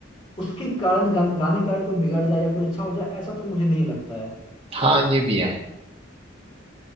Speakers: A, on the left (about 25°); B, on the right (about 30°).
A: उसके कारण गान, गाने के कारण कोई बिगड़ जाए या कोई अच्छा हो जाए ऐसा तो मुझे नहीं लगता है
B: हाँ ये भी है